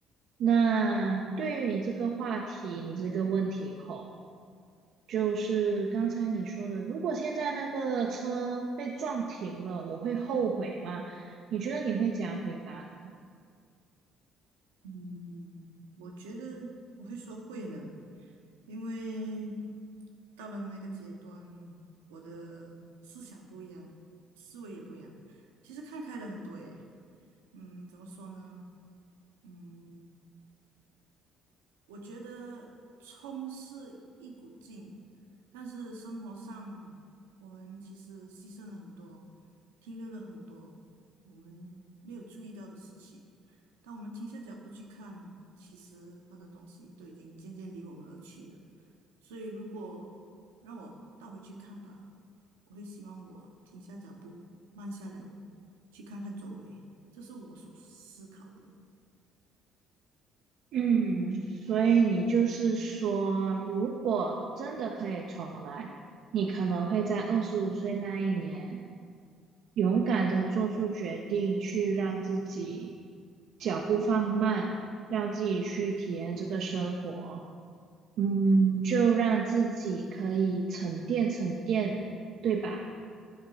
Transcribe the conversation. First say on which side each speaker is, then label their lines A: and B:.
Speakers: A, on the right; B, on the right.
A: 那对于你这个话题，你这个问题吼，就是刚才你说的，如果现在那个车被撞停了，我会后悔吗？你觉得你会怎样回答呢
B: 嗯，我觉得我会说会呢，因为到了那个阶段，我的思想不一样了，思维也不一样，其实看开了很多诶。嗯，怎么说呢？嗯，我觉得冲是一股劲，但是生活上我们其实牺牲了很多，停留了很多我们没有注意到的事情。当我们停下脚步去看，其实很多东西都已经渐渐离我们而去了。所以，如果让我倒回去看吧，我会希望我停下脚步，慢下来，去看看周围。这是我所思考的。
A: 嗯，所以你就是说，如果真的可以重来，你可能会在二十五岁那一年，勇敢的做出决定，去让自己脚步放慢，让自己去体验这个生活。嗯，就让自己可以沉淀沉淀，对吧？